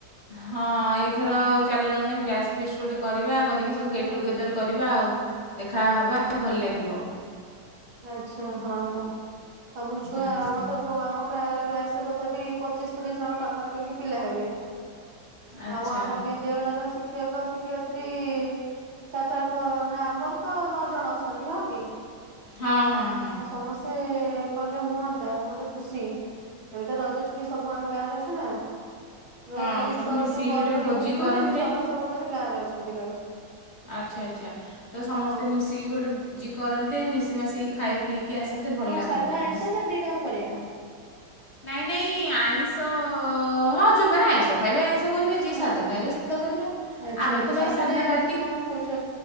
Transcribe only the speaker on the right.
ହୁଁ
ଆଚ୍ଛା ହଁ ସବୁ ଛୁଆ
ମତେ କୁ ଆମ କ୍ଲା କ୍ଲାସ୍ ତ ତଥାପି ପଚିଶି ତିରିଶ ଜଣ ପାଖାପାଖି ପିଲା ହେବେ
ଆଉ ଆମ ବି ବିଦ୍ୟାଳୟର ଶିକ୍ଷକ ଶିକ୍ଷୟତ୍ରୀ ସାତ ଆଠ ନା ଆମର ତ ନଅ ଜଣ ଅଛନ୍ତି ହଁ କି।
ଆଉ ସମସ୍ତେ କଲେ ହୁଅନ୍ତା ଗୋଟେ ଖୁସି। ଏବେ ତ ରଜ ଛୁଟି ସବୁ ଆମେ ଗାଁରେ ଅଛୁ ନା। ମୁଁ
କିଛି
ଛୁଆଙ୍କୁ
କଲ୍
କରିକି
ବୁଝୁଥିଲି
ସମସ୍ତେ କହୁଛନ୍ତି ଗାଁରେ ଅଛନ୍ତି କାଳେ।
ହଁ
କଣ
ସାଧା ଆଇଁଷ
ନା ଦିଟାଙ୍କ କରିବା?
ହଁ
ଆଚ୍ଛା
ଆଚ୍ଛା
ସାଧାରେ
ତମେ କଣ କହୁଛ